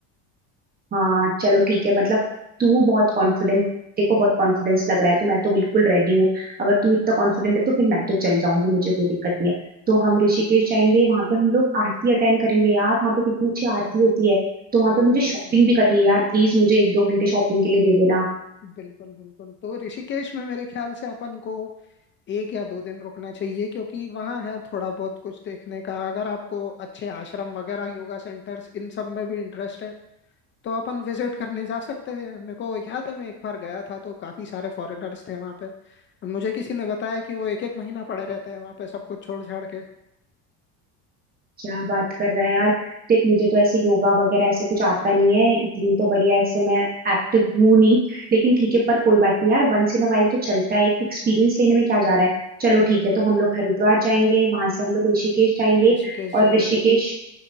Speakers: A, on the right; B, on the left.
A: हाँ चलो ठीक है मतलब तू बहुत कॉन्फिडेंट तेरे को बहुत कॉन्फिडेंस लग रहा है तो मैं तो बिल्कुल रेडी हूँ अगर तू इतना कॉन्फिडेंट है तो फिर मैं तो चल जाऊंगी मुझे कोई दिक्कत नहीं है तो हम ऋषिकेश जाएंगे वहां पे हम लोग आरती अटेंड करेंगे यार वहां पे कितनी अच्छी आरती होती है तो वहां
B: हाँ
A: पे मुझे
B: ये
A: शॉपिंग
B: सब
A: भी करनी है यार प्लीज मुझे एक दो घंटे शॉपिंग के लिए दे देना
B: बिल्कुल बिल्कुल तो ऋषिकेश में मेरे ख्याल से अपन को एक या दो दिन रुकना चाहिए क्योंकि वहाँ है थोड़ा बहुत कुछ देखने का अगर आपको अच्छे आश्रम वगैरह योगा सेंटर्स इन सब में भी इंटरेस्ट है तो अपन विजिट करने जा सकते हैं मेरे को याद है मैं एक बार गया था तो काफी सारे फॉरेनर्स थे वहाँ पे मुझे किसी ने बताया कि वो एक एक महीना पड़े रहते हैं वहाँ पे सब कुछ छोड़ छाड़ के
A: क्या बात कर रहा है यार देख मुझे तो ऐसे योगा वगैरह ऐसे कुछ आता नहीं है इतनी तो बढ़िया ऐसे मैं एक्टिव हूँ नहीं लेकिन ठीक है पर कोई बात नहीं यार वंस इन अ वाइल तो चलता है एक एक्सपीरियंस लेने में क्या जा रहा है चलो ठीक
B: बिल्कुल
A: है तो हम लोग हरिद्वार जाएंगे वहां से हम लोग ऋषिकेश जाएंगे
B: ऋषिकेश
A: और
B: जाएंगे
A: ऋषिकेश